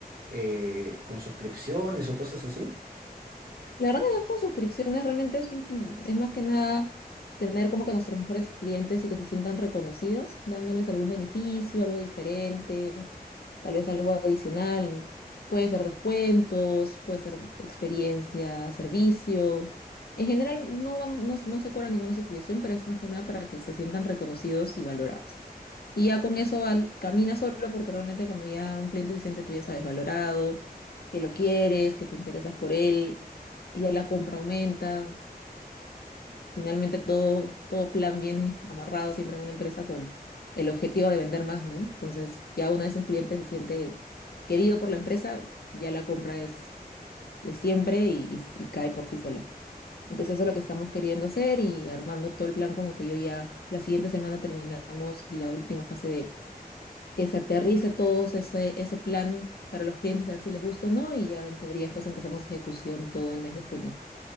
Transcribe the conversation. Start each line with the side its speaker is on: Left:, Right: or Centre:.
Right: eh, con suscripciones o cosas así?
Left: La verdad que no es con suscripciones, realmente es, un- es más que nada tener como que nuestros mejores clientes y que se sientan reconocidos, dándoles algún beneficio, algo diferente, tal vez algo adicional. Puede ser descuentos, puede ser experiencia, servicio. En general no, va- no, no se cobra ninguna suscripción, pero es más que nada para que se sientan reconocidos y valorados. Y ya con eso val- camina solo porque realmente cuando ya un cliente se siente tú ya sabes valorado, que lo quieres, que te interesas por él y ya la compra aumenta. Finalmente todo, todo plan viene amarrado siempre en una empresa con el objetivo de vender más, ¿no? Entonces, ya una vez un cliente se siente querido por la empresa, ya la compra es de siempre y, y- y cae por sí sola. Entonces, eso es lo que estamos queriendo hacer y armando todo el plan, como te digo, ya la siguiente semana terminamos la última fase de que se aterrice todo ese, ese plan para los clientes, a ver si les gusta o no, y ya en teoría después empezamos ejecución todo el mes de junio.